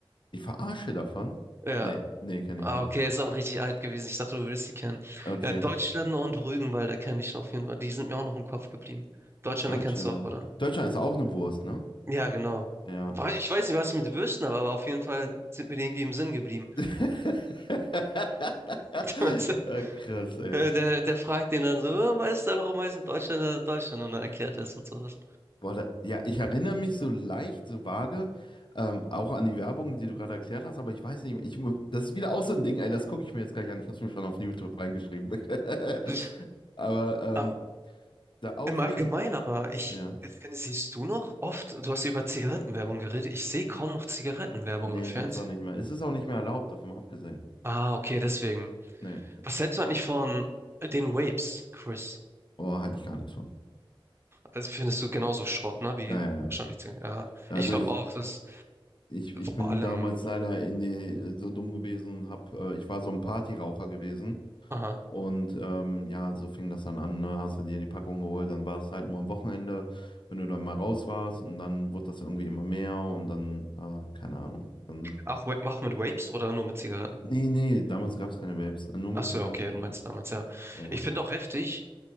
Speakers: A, on the left (about 60°); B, on the right (about 25°).
A: Die Verarsche davon?
B: Ja.
A: Nee, nee, kenne
B: Ah,
A: ich nicht.
B: okay, ist auch richtig alt gewesen. Ich dachte, du würdest die kennen.
A: Okay.
B: Ja, Deutschländer und Rügenwalder kenne ich noch auf jeden Fall. Die sind mir auch noch im Kopf geblieben. Deutschländer
A: Deutschländer.
B: kennst du auch, oder?
A: Deutschland ist auch eine Wurst, ne?
B: Ja, genau.
A: Ja.
B: War- Ich weiß nicht, was ich mit Würsten habe, aber auf jeden Fall sind mir die irgendwie im Sinn geblieben.
A: <laughs>
B: <laughs>
A: Ja, krass, ey.
B: Äh, Der, der fragt den dann so, "Oh, Meister, warum heißen Deutschländer Deutschland? Und dann erklärt er es und sowas.
A: Boah, da, ja, ich erinnere mich so leicht, so vage, ähm, auch an die Werbung, die du gerade erklärt hast, aber ich weiß nicht mehr. Ich, mu- das ist wieder auch so ein Ding, ey, das gucke ich mir jetzt gleich an. Ich habe es mir schon auf YouTube reingeschrieben. <laughs>
B: Ich,
A: Aber
B: ähm,
A: ähm, da auch
B: im
A: wieder
B: Allgemeinen,
A: ein.
B: aber ich,
A: Ja.
B: finde, siehst du noch oft, du hast ja über Zigarettenwerbung geredet, ich sehe kaum noch Zigarettenwerbung
A: Nee,
B: im Fernsehen.
A: gibt's auch nicht mehr. Es ist auch nicht mehr erlaubt, davon mal abgesehen.
B: Ah, okay, deswegen.
A: Nee.
B: Was hältst du eigentlich von den Vapes, Chris?
A: Oh, halte ich gar nichts von.
B: Also findest du genauso Schrott, ne? Wie
A: Ja, ja, ja.
B: wahrscheinlich. Zig- Aha.
A: Also
B: Ich glaube
A: ich,
B: auch, dass
A: ich, ich bin
B: vor allem.
A: damals leider in die, äh, so dumm gewesen und hab, äh, ich war so ein Partyraucher gewesen.
B: Aha.
A: Und ähm, ja, so fing das dann an, ne? Hast du dir die Packung geholt, dann war es halt nur am Wochenende, wenn du dann mal raus warst und dann wurde das irgendwie immer mehr und dann, äh, keine Ahnung. Dann,
B: Auch, Wa- auch mit Vapes oder nur mit Zigaretten?
A: nee, nee, damals gab es keine Vapes, äh, nur mit
B: Ach so,
A: Zigaretten.
B: ja, okay, du meinst damals, ja.
A: Äh, ja.
B: Ich finde auch heftig.